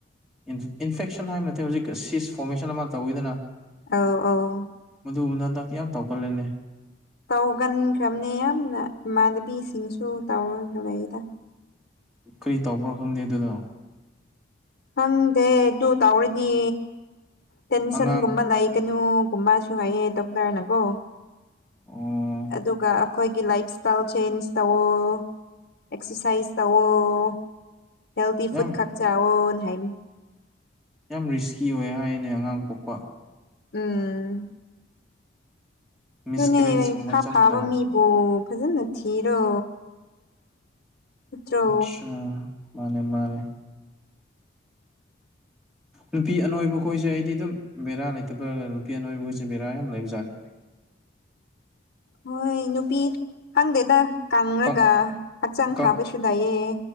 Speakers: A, in the centre; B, on the left.
A: ꯏꯟ ꯏꯟꯐꯦꯛꯁꯟ ꯍꯥꯏꯕ ꯅꯠꯇꯦ ꯍꯧꯖꯤꯛ ꯁꯤꯁ ꯐꯣꯔꯃꯦꯁꯟ ꯑꯃ ꯇꯧꯋꯤꯗꯅ
B: ꯑꯧ ꯑꯧ
A: ꯃꯗꯨꯕꯨꯗ ꯍꯟꯗꯛꯇꯤ ꯌꯥꯝ ꯇꯥꯎꯈꯠꯂꯦꯅꯦ
B: ꯇꯧꯒꯟꯈ꯭ꯔꯕꯅꯦ ꯌꯥꯝꯅ ꯏꯃꯥꯟꯅꯕꯤꯁꯤꯡꯁꯨ ꯇꯧꯔ <unintelligible>
A: ꯀꯔꯤ ꯇꯧꯕ꯭ꯔꯣ ꯈꯪꯗꯦ ꯑꯗꯨꯗꯣ
B: ꯈꯪꯗꯦ ꯑꯗꯨ ꯇꯧꯔꯗꯤ ꯇꯦꯟꯁꯟꯒꯨꯝꯕ
A: ꯑꯉꯥꯡ
B: ꯂꯩ ꯒꯅꯨ ꯒꯨꯝꯕꯁꯨ ꯍꯥꯏꯌꯦ ꯗꯣꯛꯇꯔꯅꯀꯣ
A: ꯑꯣ
B: ꯑꯗꯨꯒ ꯑꯩꯈꯣꯏꯒꯤ ꯂꯥꯏꯞ ꯏꯁꯇꯥꯏꯜ ꯆꯦꯟꯖ ꯇꯧꯑꯣ ꯑꯦꯛꯁꯔꯁꯥꯏꯁ ꯇꯧꯑꯣ ꯍꯦꯜꯗꯤ
A: ꯌꯥꯝ
B: ꯐꯨꯗ ꯈꯥꯛ ꯆꯥꯑꯣꯅ ꯍꯥꯏ
A: ꯌꯥꯝ ꯔꯤꯁꯀꯤ ꯑꯣꯏ ꯍꯥꯏꯅꯦ ꯑꯉꯥꯡ ꯄꯣꯛꯄ
B: ꯎꯝ
A: ꯃꯤꯁꯀꯦꯔꯦꯖꯀꯨꯝꯕ
B: ꯑꯗꯨꯅꯦ ꯐꯥ
A: ꯆꯠꯀꯗꯕ
B: ꯐꯥꯕ ꯃꯤꯕꯨ ꯐꯖꯅ ꯊꯤꯔꯣ ꯅꯠꯇ꯭ꯔꯣ
A: ꯑꯆꯥ ꯃꯥꯅꯦ ꯃꯥꯅꯦ ꯅꯨꯄꯤ ꯑꯅꯣꯏꯕ ꯈꯣꯏꯖꯩ ꯑꯩꯗꯤ ꯑꯗꯨꯝ ꯕꯦꯔꯥ ꯂꯩꯇꯕ꯭ꯔꯥꯒ ꯅꯨꯄꯤ ꯑꯅꯣꯏꯕꯒꯁꯦ ꯕꯦꯔ ꯌꯥꯝ ꯂꯩꯕꯖꯥꯠꯅꯦ
B: ꯍꯣꯏ ꯅꯨꯄꯤ ꯈꯪꯗꯦꯗ ꯀꯪꯉꯒ
A: ꯀꯛ
B: ꯍꯛꯆꯥꯡ
A: ꯀꯛ
B: ꯐꯕꯁꯨ ꯂꯩꯌꯦ